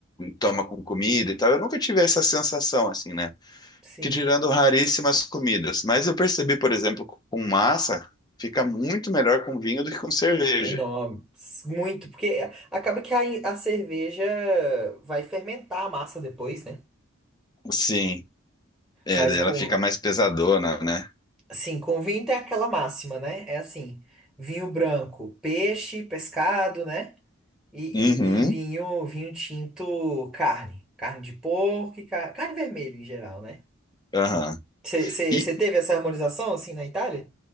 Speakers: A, on the left; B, in the centre.
A: toma com comida e tal. Eu nunca tive essa sensação assim, né?
B: sim.
A: que tirando raríssimas comidas. Mas eu percebi, por exemplo, com massa, fica muito melhor com vinho do que com cerveja.
B: Não, muito, porque acaba que a, a cerveja vai fermentar a massa depois, né?
A: Sim, é,
B: Mas
A: daí
B: com,
A: ela fica mais pesadona, né?
B: Assim, com vinho tem aquela máxima, né? É assim, vinho branco, peixe, pescado, né? E, e-
A: Uhum,
B: e vinho, vinho tinto, carne. Carne de porco e car- carne vermelha em geral, né?
A: aham.
B: Você
A: E
B: teve essa harmonização, assim, na Itália?